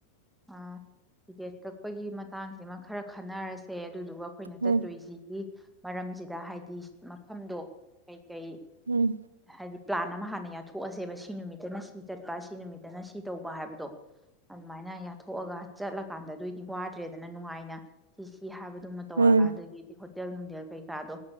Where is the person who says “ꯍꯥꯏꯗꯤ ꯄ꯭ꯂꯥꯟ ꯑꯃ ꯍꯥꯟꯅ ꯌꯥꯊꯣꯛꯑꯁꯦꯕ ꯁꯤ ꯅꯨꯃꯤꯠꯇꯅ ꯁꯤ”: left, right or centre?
Centre